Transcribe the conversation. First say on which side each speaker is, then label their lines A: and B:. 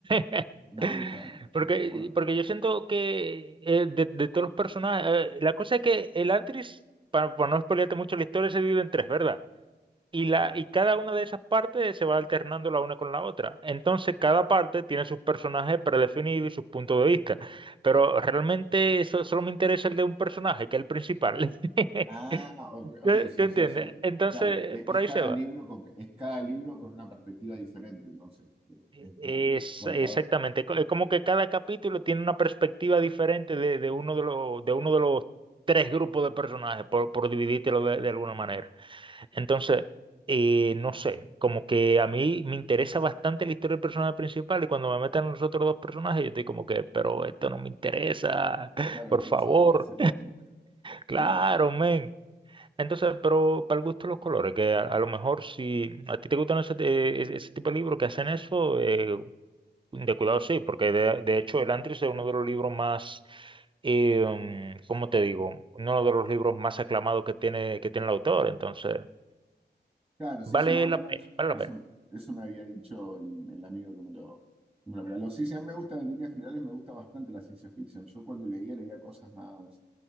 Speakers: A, on the right (about 30°); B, in the centre.
A: <laughs>
B: No, no está, no,
A: Porque,
B: no está tan bueno.
A: porque yo siento que eh, de, de todos los personajes. eh, la cosa es que el Antris, para, para no spoilearte mucho la historia, se divide en tres, ¿verdad? Y, la,
B: Ah,
A: y cada una de esas partes se va alternando la una con la otra. Entonces, cada parte tiene sus personajes predefinidos y sus puntos de vista. Pero realmente eso, solo me interesa el de un personaje, que es el principal. <laughs>
B: Ah, ok, ok,
A: Te,
B: so-
A: te
B: o
A: entiende.
B: sea, son,
A: Entonces,
B: claro, e-
A: por
B: es,
A: ahí
B: cada
A: se va.
B: libro con, es cada libro con una perspectiva diferente, entonces, eh,
A: E,
B: es como que
A: Es
B: contado.
A: exactamente. co- Es como que cada capítulo tiene una perspectiva diferente de, de uno de los, de uno de los tres grupos de personajes, por, por dividírtelo de, de alguna manera. Entonces, eh, no sé, como que a mí me interesa bastante la historia del personaje principal y cuando me meten los otros dos personajes, yo estoy como que, pero esto no me interesa, <laughs>
B: Claro,
A: por
B: quiero
A: favor,
B: saber qué hace el otro. <laughs>
A: claro,
B: Claro, claro.
A: men. Entonces, pero para el gusto de los colores, que a, a lo mejor si a ti te gustan ese, eh, ese- ese tipo de libros que hacen eso, eh, de cuidado sí, porque de, de hecho el Antris es uno de los libros más, eh, mm, ¿cómo te digo? Uno de los libros más aclamados que tiene, que tiene el autor, entonces
B: Claro, sí,
A: vale
B: sí, más o
A: la
B: menos
A: pena,
B: es-
A: vale
B: eso,
A: la pena.
B: eso me había dicho el, el amigo que me lo, que me lo regaló. Sí, sí, a mí me gustan en líneas generales, me gusta bastante la ciencia ficción. Yo cuando leía, leía cosas más,